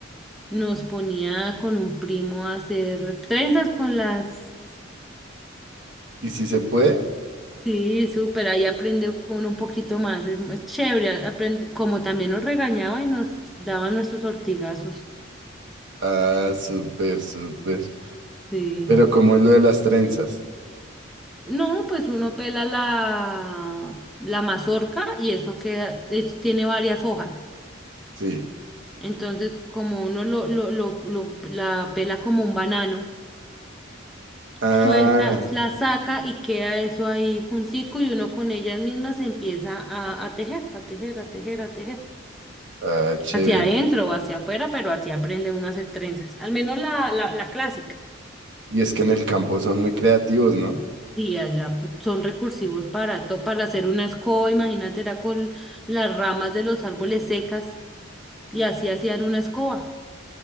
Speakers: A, in the centre; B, on the right.
A: Nos ponía con un primo a hacer trenzas con las...
B: ¿y si se puede?
A: Sí, súper, ahí aprende uno un poquito más, es muy chévere, aprende, como también nos regañaba y nos daba nuestros ortigazos.
B: Ah, súper, súper.
A: Sí.
B: Pero ¿cómo es lo de las trenzas?
A: No, pues uno pela la, la mazorca y eso queda, es- tiene varias hojas.
B: Sí.
A: Entonces, como uno lo, lo, lo, lo- la pela como un banano,
B: Ah,
A: suelta, la saca y queda eso ahí juntico y uno con ellas mismas empieza a, a tejer, a tejer, a tejer, a tejer.
B: ah, chévere.
A: Hacia adentro o hacia afuera, pero así aprende uno a hacer trenzas. Al menos la, la, la clásica.
B: Y es que en el campo son muy creativos, ¿no?
A: Sí, allá pues, son recursivos para, to- para hacer una escoba. Imagínate, era con las ramas de los árboles secas y así hacían una escoba.